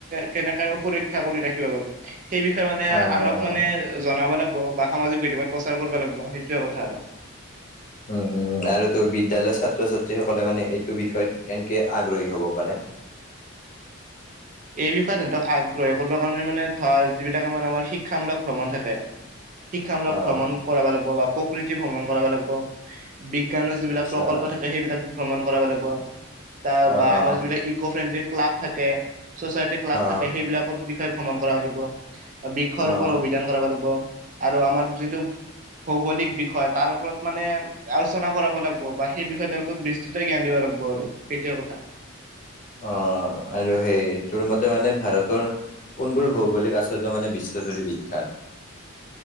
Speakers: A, on the right; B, on the left.
A: কেনেক সুৰক্ষা কৰি ৰাখিব পাৰ সেই বিষয়ে মানে
B: অ',
A: আনক মানে জনাব লাগিব। বা সামাজিক মধ্যমত প্ৰচাৰ কৰিব লাগিব সেইটোৱে কথা আৰু।
B: উম -উম আৰু তোৰ বিদ্য়ালয় ছাত্ৰ ছাত্ৰী সকলে মানে এইটো বিষয়ত কেনকে আগ্ৰহী হ'ব পাৰে। <inaudible>
A: এই বিষয়ে তেহেতক আগ্ৰহ কৰিব। কাৰে মানে ধৰ যিবিলাক আমাৰ আমাৰ শিক্ষামূলক ভ্ৰমণ থাকে শিক্ষামূলক
B: অ',
A: ভ্ৰমণ কৰা লাগিব বা প্ৰকৃতি ভ্ৰমণ কৰাব লাগিব। বিজ্ঞানৰ যিবিলাক
B: আচ্ছা,
A: প্ৰকল্প থাকে সেইবিলাক ভ্ৰমণ কৰা লাগিব। তাৰ
B: অ',
A: বা
B: অ',
A: আমাৰ যিবিলাক ইক' ফ্ৰেণ্ডলি ক্লাব থাকে চ'চাইটি ক্লাব
B: অ',
A: থাকে সেইবিলাকৰ বিষয়ে ভ্ৰমণ কৰাব লাগিব বৃক্ষ ৰোপণ
B: অ'।
A: অভিধান কৰা লাগিব আৰু আমাৰ যোনটো। ভৌগলিক বিষয় তাৰ ওপৰত মানে আলোচনা কৰাব লাগিব বা সেই বিষয়ে তেওঁলোকক বিস্তৃত জ্ঞান দিব লাগ চ ব আৰু। সেইটোৱে কথা।
B: অ' আৰু সেই। তোৰ মতে মানে ভাৰতৰ কোনবোৰ ভৌগোলিক আশ্চৰ্য মানে বিশ্বজুৰি বিখ্যাত। <inaudible>